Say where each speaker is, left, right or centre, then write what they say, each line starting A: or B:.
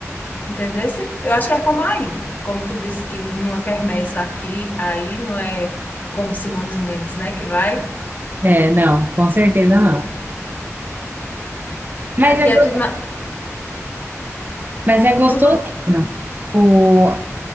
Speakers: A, on the left (about 35°); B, on the right (about 40°).
A: Entendesse? Eu acho que é como aí. Como tu disse que numa quermesse aqui, aí não é como Simões Mendes, né, que vai.
B: É, não, com certeza não. Mas
A: Aqui
B: é,
A: é
B: go-
A: tudo na,
B: mas é gostosinho
A: tudo
B: o,